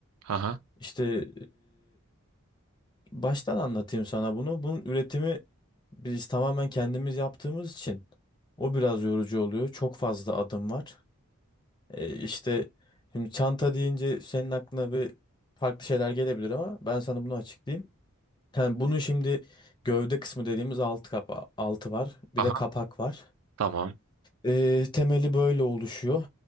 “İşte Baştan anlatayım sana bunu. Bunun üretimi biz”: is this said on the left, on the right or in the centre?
Left